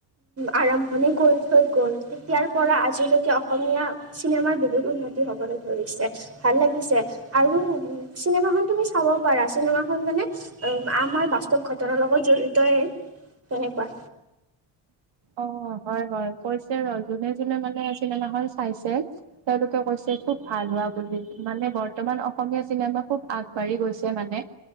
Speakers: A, on the right; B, on the right.
A: আৰম্ভণি কৰি থৈ গ'ল তেতিয়াৰ পৰা আজিলৈকে অসমীয়া, চিনেমাৰ বহুত উন্নতি হবলৈ ধৰিছে। ভাল লাগিছে আৰু চিনেমাখন তুমি চাব পাৰা চিনেমা খন মানে, আমাৰ বাস্তৱ ঘটনাৰ লগত জড়িতই তেনেকুৱা।
B: অ হয় হয় কৈছে ৰ যোনে যোনে মানে চিনেমাখন চাইছে। তেওঁলোকে কৈছে খুব ভাল হোৱা বুলি মানে বৰ, বৰ্তমান অসমীয়া চিনেমা খুব আগবাঢ়ি গৈছে মানে